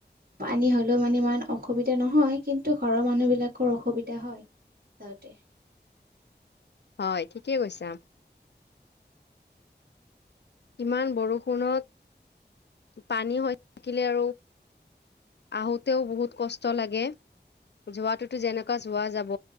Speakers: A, on the right; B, on the left.
A: পানী হ'লেও মানে ইমান অসুবিধা অসুবিধা নহয় কিন্তু ঘৰৰ মানুহ বিলাকৰ অসুবিধা হয় যাওঁতে
B: হয় ঠিকেই কৈছা ইমান বৰষুণত পানী হৈ থাকিলে আৰু আহোঁতেও বহুত কষ্ট লাগে যোৱাটোতো যেনেকুৱা যোৱা যাব